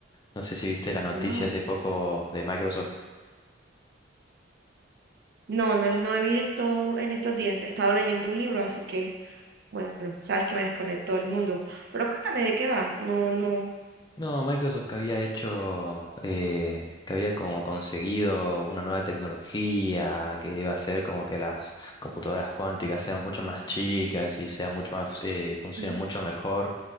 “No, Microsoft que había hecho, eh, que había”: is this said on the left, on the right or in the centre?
Left